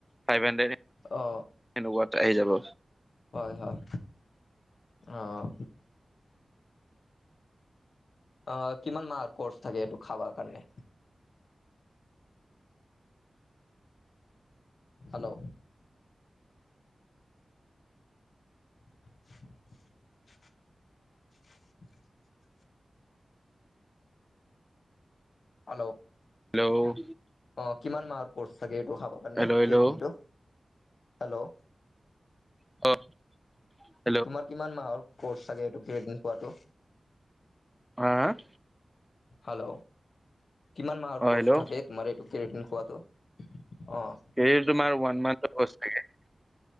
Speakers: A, in the centre; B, on the left (about 75°).
A: ফাইভ হাণ্ড্ৰেড,
B: অ
A: এনেকুৱাই আহি যাব।
B: হয়- হয়, অ',। অ', কিমান মাহৰ কচ থাকে এইটো খাবৰ কাৰণে? হেল্ল',। <inaudible> <inaudible> হেল্ল'।
A: হেল্ল'
B: অ', কিমান মাহৰ কৰ্চ থাকে এইটো খাবৰ কাৰণেটো?
A: হেল্ল' হেল্ল' অ
B: হেল্ল'।
A: ক!
B: তোমাৰ কিমান মাহৰ কৰ্চ থাগে এইটো কেৰেটিন কোৱাটো?
A: আহ'!
B: হেল্ল', কিমান মাহৰ
A: অ
B: কৰ্চ
A: হেল্ল'
B: থাকে? তোমাৰ এইটো কেৰেটিৰৰ্ণ খোৱাটো! অঁ।
A: হেৰি তোমাৰ ওৱান মান্থৰ কৰ্চ থাকে।